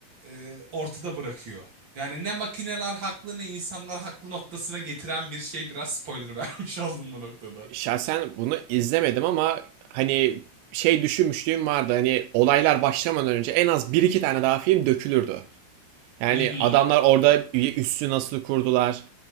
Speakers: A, on the right; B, on the right.
A: e, ortada bırakıyor. Yani ne makineler haklı ne insanlar haklı noktasına getiren bir şey biraz spoiler <laughs> vermiş oldum bu noktada.
B: Şahsen bunu izlemedim ama hani şey düşünmüşlüğüm vardı. Hani olaylar başlamadan önce en az bir iki tane daha film dökülürdü. Yani
A: Hı hı,
B: adamlar orada üssü nasıl kurdular?